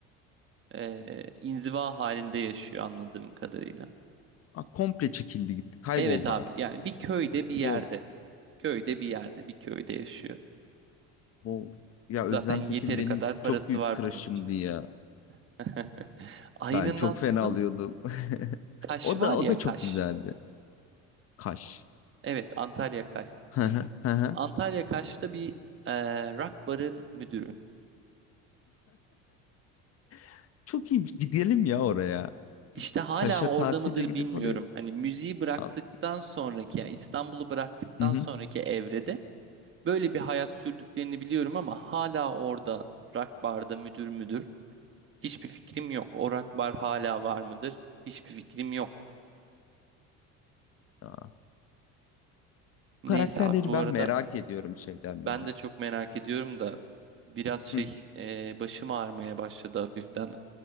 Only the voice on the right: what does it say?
eee, inziva halinde yaşıyor anladığım kadarıyla.
Evet abi
yani bir köyde bir yerde.
Köyde bir yerde bir köyde yaşıyor.
Zaten
yeteri
kadar parası
var
bunun için.
<laughs> Aynen
Aslım
Kaş
var
ya
Kaş.
Evet Antalya Kaş.
Antalya Kaş'ta bir e, rock barın müdürü.
İşte hala
orada
mıdır
bilmiyorum.
Hani müziği bıraktıktan
sonraki yani İstanbul'u bıraktıktan
sonraki evrede böyle bir hayat sürdüklerini biliyorum ama hala orada rock barda müdür müdür. Hiçbir fikrim yok. O rock bar hala var mıdır? Hiçbir fikrim yok.
Neyse
abi bu
arada
ben
de çok merak ediyorum da biraz şey
e, başım ağrımaya başladı hafiften.